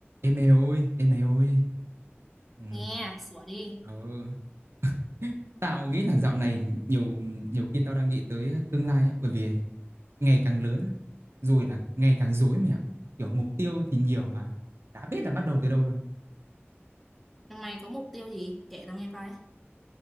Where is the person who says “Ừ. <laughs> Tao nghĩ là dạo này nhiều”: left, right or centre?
Right